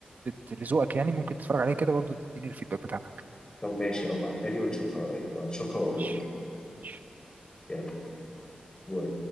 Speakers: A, on the right; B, on the left.
A: بت... لذوقك يعني ممكن تتفرج عليها كده برضو تديني الفيدباك بتاعتك
B: طب ماشي اه ابعتها لي ونشوفها قريب اشوفها واقول
A: ماشي
B: لك
A: ماشي.
B: يلا باي.